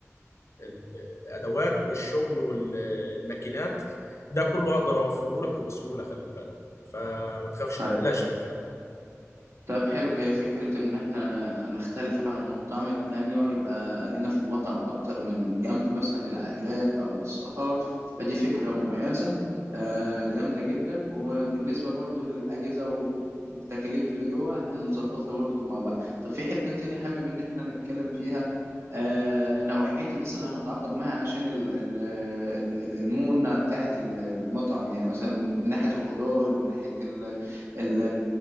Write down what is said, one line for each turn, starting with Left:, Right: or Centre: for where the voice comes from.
Left: ال- الادوات والشغل والماكينات ده كله اقدر اوفره لك وبسهوله خلي بالك فما تخافش
Right: ده
Left: ما تقلقش من الكلام ده
Right: طب حلو هي فكرة إن إحنا نختلف عن المطاعم التانية ويبقى لينا في المطعم أكتر من جنب مثلا للعائلات أو للصحاب فدي فكرة مميزة آه، جامدة جدا وبالنسبة برضو للأجهزة والتكاليف اللي جوه هنظبطها برضو مع بعض طب في حتة تانية حابب إن إحنا نتكلم فيها آه، نوعية الناس اللي هنتعاقد معها عشان ال- ال- ال- المونة بتاعة المطعم يعني مثلا من ناحية الخضار ومن ناحية ال ال-